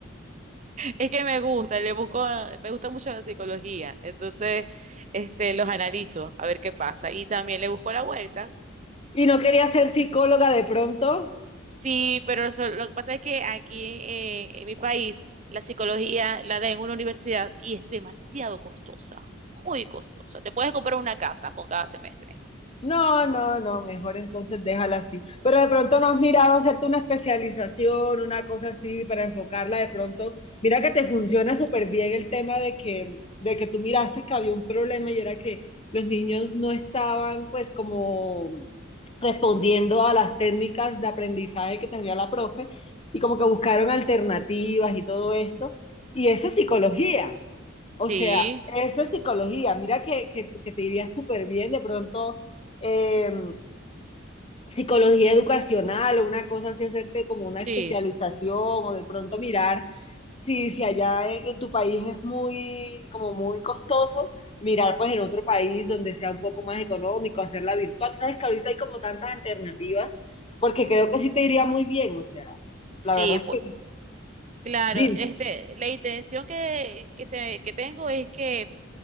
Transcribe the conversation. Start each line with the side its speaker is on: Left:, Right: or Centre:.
Right: Es que me gusta, le busco, me gusta mucho la psicología, entonces este, los analizo a ver qué pasa y también le busco la vuelta.
Left: ¿Y no querías ser psicóloga de pronto?
Right: Sí, pero eso- lo que pasa es que aquí eh, en mi país la psicología la da en una universidad y es demasiado costosa, muy costosa. Te puedes comprar una casa con cada semestre.
Left: No, no, no, mejor entonces déjala así. Pero de pronto no has mirado hacerte una especialización, una cosa así para enfocarla de pronto. Mira que te funciona súper bien el tema de que, de que tú miraste que había un problema y era que los niños no estaban pues como respondiendo a las técnicas de aprendizaje que tenía la profe y como que buscaron alternativas y todo esto. Y eso es psicología. O
Right: Sí,
Left: sea, eso es psicología. Mira que, que- que te iría súper bien de pronto eh, psicología educacional o una cosa así, hacerte como una especialización
Right: sí.
Left: o de pronto mirar si, si allá en, en tu país es muy, como muy costoso, mirar pues en otro país donde sea un poco más económico, hacerla virtual. Sabes que ahorita hay como tantas alternativas, porque creo
Right: ujú.
Left: que sí te iría muy bien. O sea, la
Right: Sí,
Left: verdad es
Right: pues,
Left: que,
Right: claro,
Left: dime.
Right: este, la intención que, que, se, que tengo es que